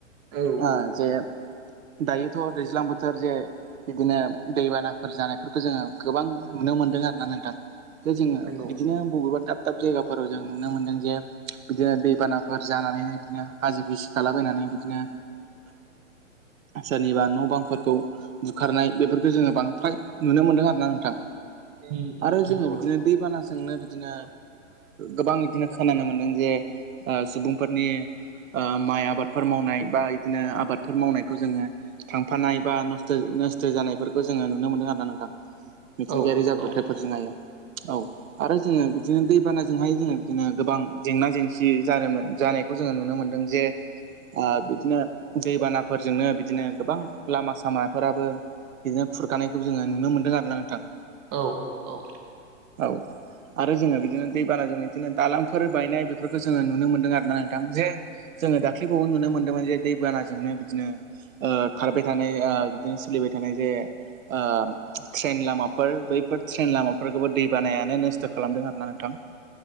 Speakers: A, on the right (about 25°); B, on the right (about 85°).
A: औ
B: आ जे दायोथ' दैज्लां बोथोर जे बिदिनो दैबानाफोर जानायफोरखौ जोङो गोबां नुनो मोन्दों आरो ना नोंथां, जे जोङो
A: नंगौ
B: बिदिनो बबेबा दाब दाब जायगाफोराव जों नुनो मोनदों जे बिदिनो दैबानाफोर जानानैहाय बिदिनो हाजो गिसि खालाबायनानै बिदिनो सोरनिबा न' बांफोरखौ बुखारनाय बेफोरखौ जोङो बांद्राय नुनो मोन्दों आरो ना नोंथां।
A: नंगौ
B: आरो जोङो
A: नंगौ
B: बिदिनो दैबाना सोंनो बि बिदिनो गोबां बिदिनो खोनानो मोनदों जे ओ, सुबुंफोरनि ओ, माइ आबादफोर मावनाय बा बिदिनो आबादफोर मावनायखौ जोङो थांफानाय बा नस्थ' नोस्थो जानायफोरखौ जोङो नुनो मोनदों आरो ना नोंथां। मिथिंगायारि
A: औ
B: जाब्रबथायफोरजोंहाय।
A: औ
B: औ आरो जोङो बिदिनो दैबानाजोंहाय जोङो बिदिनो गोबां जेंना जेंसि जानो, जानायखौ जोङो नुनो मोनदों जे ओ, बिदिनो दैबानाफोरजोंनो बिदिनो गोबां लामा सामाफोराबो बिदिनो खुरखानायखौ जोङो नुनो मोनदों आरो ना नोंथां।
A: औ औ
B: औ आरो जोङो बिदिनो दैबानाजों बिदिनो दालांफोर बायनाय बेफोरखौ जोङो नुनो मोन्दों आरोना नोंथां। जे जोङो दाख्लैबो नुनो मोन्दोंमोन जे दैबानाजोंनो बिदिनो। खारबाय थानाय बिदिनो सोलिबाय थानाय जे ओ, ट्रेन लामा। फोर बैफोर ट्रेन लामाफोरखौबो दै बानायानो नोस्थो' खालामदों आरोना नोंथां।